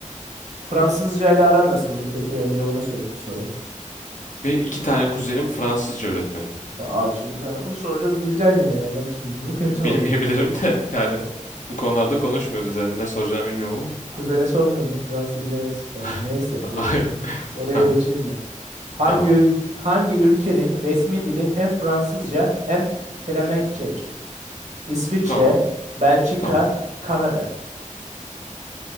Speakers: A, on the right (about 60°); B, on the left (about 70°).
A: Fransızca ile aran nasıldır peki? Önce onu sö- sorayım.
B: Benim iki tane kuzenim Fransızca öğretmeni.
A: Ya abi şimdi sana bunu soracağız bileceksin yine ya. Bak şimdi bu kötü
B: Bilmeyebilirim
A: oldu.
B: de yani bu konularda konuşmuyoruz yani ne soracağımı bilmiyorum ama.
A: Kuzene sormuyorum bu Fransızca nasıl falan.
B: <laughs>
A: Neyse dur.
B: Aynen.
A: Soruya
B: Ha,
A: geçeyim ben. Hangi
B: tamam.
A: ül- hangi ülkenin resmi dili hem Fransızca hem Flemenkçedir? İsviçre,
B: Tamam.
A: Belçika,
B: Tamam.
A: Kanada.